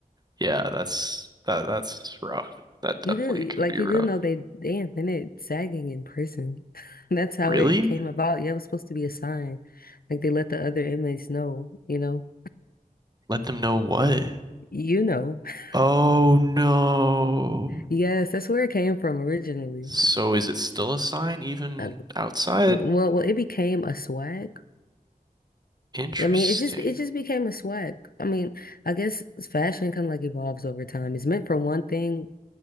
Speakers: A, on the right; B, on the left.
A: Yeah, that's that that's rough. That definitely
B: You do
A: can
B: like
A: be
B: you
A: rough.
B: do know they they invented sagging in prison. <laughs> That's how
A: Really?
B: it came about. Yeah, it was supposed to be a sign. Like they let the other inmates know, you know.
A: Let them know what?
B: You know. <laughs>
A: Oh no.
B: Yes, that's where it came from originally.
A: So is it still a sign even
B: Uh,
A: outside?
B: well, well, it became a swag.
A: Interesting.
B: I mean, it just it just became a swag. I mean, I guess fashion kind of like evolves over time. It's meant for one thing,